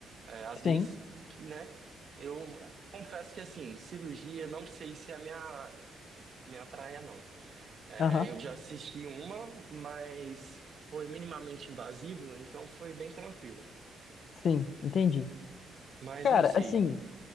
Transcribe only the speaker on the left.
sim.
Aham,
sim, entendi.
Cara,
assim,